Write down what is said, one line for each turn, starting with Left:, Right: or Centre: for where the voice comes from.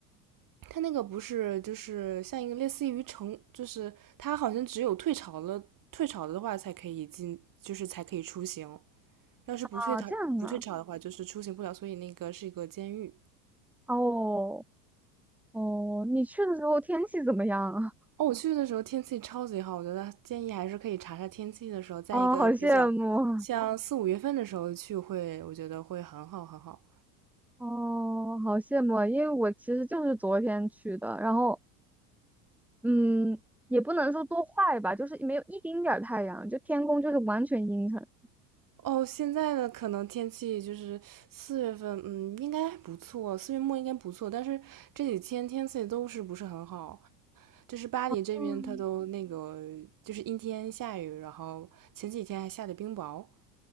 Right: 它那个不是就是像一个类似于城，就是它好像只有退潮了，退潮的话才可以进，就是才可以出行，要是不退潮不退潮的话，
Centre: 啊，这样啊。
Right: 就是出行不了，所以那个是一个监狱。
Centre: 哦哦，你去的时候天气怎么样啊？
Right: 哦，我去的时候天气超级好，我觉得建议还是可以查查天气的时候，在一个比较像四五月份的时候去会，
Centre: 哦，好羡慕啊
Right: 我觉得会很好很好。
Centre: 哦，好羡慕啊因为我其实就是昨天去的，然后嗯，也不能说多坏吧，就是没有一丁点儿太阳，就天空就是完全阴沉。
Right: 哦，现在的可能天气就是四月份，嗯，应该还不错，四月末应该不错，但是这几天天气都是不是很好，就是巴黎这边它都那个就是阴天下雨，
Centre: 嗯。
Right: 然后前几天还下的冰雹。